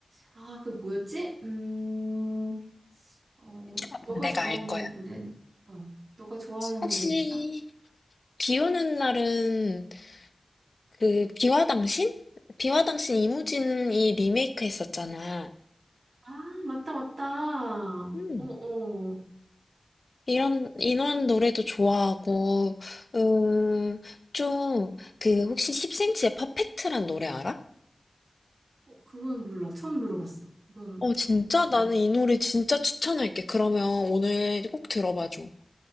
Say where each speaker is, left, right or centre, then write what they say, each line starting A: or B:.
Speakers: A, on the right (about 80°); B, on the left (about 55°).
A: 아, 그 뭐였지? 음. 어,
B: 그럼
A: 너가
B: 내가
A: 좋아하는
B: 알 거야.
A: 노래, 어, 너가 좋아하는
B: 혹시
A: 노래는 있어?
B: 비 오는 날은 그 비와 당신? 비와 당신 이무진이 리메이크 했었잖아.
A: 아, 맞다, 맞다. 어,
B: 음.
A: 어.
B: 이런, 이 노래도 좋아하고, 음, 좀, 그, 혹시 10cm의 퍼펙트란 노래 알아?
A: 어, 그건 몰라. 처음 들어봤어. 그건
B: 어, 진짜?
A: 약간,
B: 나는 이 노래 진짜 추천할게. 그러면 오늘 꼭 들어봐줘.